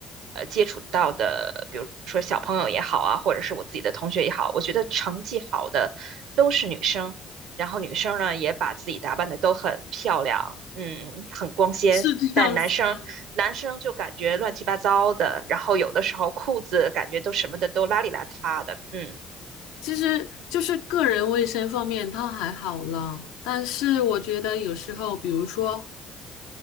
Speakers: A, on the right; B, on the left.
A: 呃接触到的，比如说小朋友也好啊，或者是我自己的同学也好，我觉得成绩好的都是女生，然后女生呢也把自己打扮的都很漂亮，嗯，很光鲜，
B: <laughs> 是这样子吗？
A: 但男生男生就感觉乱七八糟的，然后有的时候裤子感觉都什么的都邋里邋遢的，嗯
B: 其实就是个人卫生方面他还好啦，但是我觉得有时候，比如说。